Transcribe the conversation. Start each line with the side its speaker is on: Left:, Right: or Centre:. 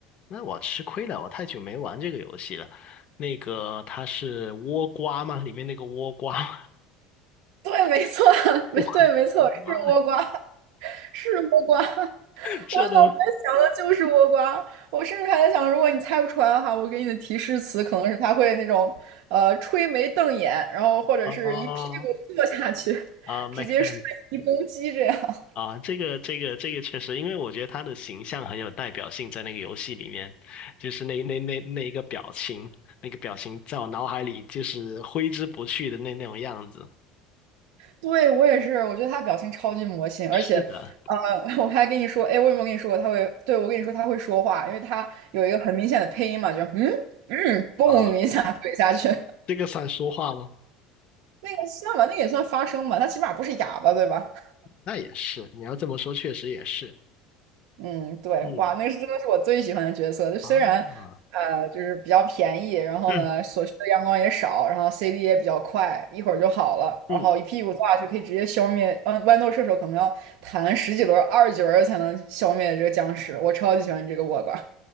Left: 那我吃亏了，我太久没玩这个游戏了。那个它是倭瓜吗？里面那个倭瓜吗
Right: 对，没错，<laughs>
Left: <laughs>
Right: 没对，
Left: 我的
Right: 没错，是倭瓜，
Left: 妈，
Right: 是倭瓜。<laughs>
Left: 这都
Right: 我脑袋想的就是倭瓜，我甚至还在想，如果你猜不出来的话，我给你的提示词可能是它会那种呃吹眉瞪眼，然后或者是一屁股坐下去，
Left: 啊啊、make
Right: 直接瞬移攻击这样。
Left: sense。啊，这个这个这个确实，因为我觉得他的形象很有代表性，在那个游戏里面，就是那那那那一个表情，那个表情在我脑海里就是挥之不去的那那种样子。
Right: 对，我也是，我觉得他表情超级魔性，
Left: 是的，
Right: 而且，呃，<laughs> 我还跟你说，哎，我有没有跟你说过他会？对，我跟你说他会说话，因为他有一个很明显的配音嘛，就嗯嗯，嘣一下怼下去，
Left: 啊，这个算说话吗？
Right: <laughs> 那个算吧，那个也算发声吧，他起码不是哑巴，对吧？
Left: 那也是，你要这么说，确实也是。
Right: 嗯，对，
Left: 嗯，
Right: 哇，那是真的是我最喜欢的角色。就虽然呃，
Left: 啊，
Right: 就是比较便宜，然后呢，
Left: <clears throat>
Right: 所需的阳光也少，然后 CD 也比较快，一会儿就好了，
Left: 嗯，
Right: 然后一屁股坐下去可以直接消灭。豌豌豆射手可能要弹十几轮、二十几轮才能消灭这个僵尸。我超级喜欢这个倭瓜。